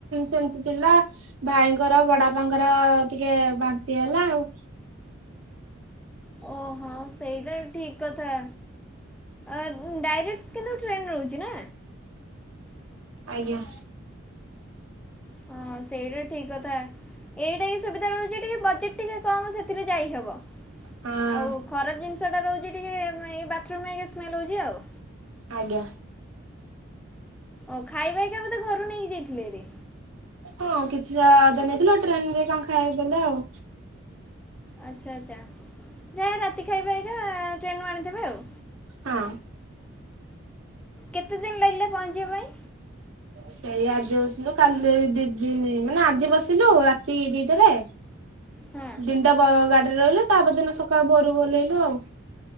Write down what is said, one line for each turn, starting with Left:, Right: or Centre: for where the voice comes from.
Right: ସେମିତି ଥିଲା। ଭାଇଙ୍କର ବଡପାଙ୍କର ଟିକେ ବାନ୍ତି ହେଲା ଆଉ।
Centre: ଓହୋ ସେଇଟା ଠିକ କଥା ଆ ଡାଇରେକ୍ଟ କିନ୍ତୁ ଟ୍ରେନ ମିଳୁଛି ନା।
Right: ଆଜ୍ଞା।
Centre: ହଁ ସେଇଟା ଠିକ କଥା ଏଇଟା ହିଁ ସୁବିଧା ମିଳୁଛି ଟିକେ ବଜେଟ ଟିକେ କଣ ସେଥିରେ ଯାଇହବ
Right: ହଁ
Centre: ଆଉ ଖରାପ ଜିନିଷଟା ରହୁଛି ଟିକ ଏଇ ବାଥରୁମ ହେକା ସ୍ମେଲ୍ ହେଉଛି ଆଉ।
Right: ଆଜ୍ଞା।
Centre: ଓ ଖାଇବା ହିକା ବୋଧେ ଘରୁକୁ ନେଇକି ଯାଇଥିଲେ ହେରି
Right: ହଁ କିଛି ଟା ଅଧା ନେଇଥିଲୁ ଟ୍ରେନରେ କଣ ଖାଇବା ଦେଲେ ଆଉ।
Centre: ଆଚ୍ଛା ଆଚ୍ଛା ଯାହା ରାତି ଖାଇବା ଏରିକା ଟ୍ରେନ ରୁ ଆଣିଥିବେ ଆଉ।
Right: ହଁ।
Centre: କେତେ ଦିନ ଲାଗିଲା ପହଞ୍ଚିବା ପାଇଁ?
Right: ସେଇ ଆଜି ବସିଲୁ କାଲି ଦି ଦିନି ମାନେ ଆଜି ବସିଲୁ ରାତି ଦିଟାରେ
Centre: ହଁ।
Right: ଦିନିଟା ଗା ଗାଡିରେ ଗଲୁ ତାପରଦିନ ସକାଳୁ ଭୋରୁକୁ ଓହ୍ଲେଇଲୁ ଆଉ।